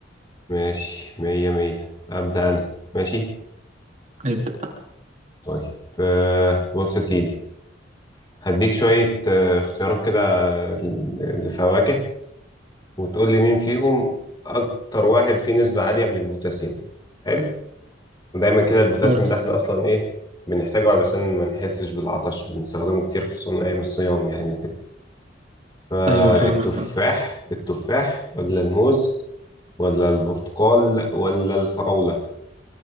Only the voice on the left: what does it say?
ماشي مية مية أبدأ انا ماشي
طيب أه بص يا سيدي هديك شوية آه، اختيارات كده آه، لفواكه وتقول لي مين فيهم اكتر واحد فيه نسبة عالية من البوتاسيوم حلو ودايما كده البوتاسيوم
ده احنا اصلا ايه بنحتاجه علشان ما نحسش بالعطش بنستخدمه كتير خصوصا ايام الصيام يعني وكده فالتفاح
التفاح ولا الموز ولا البرتقال ولا الفراولة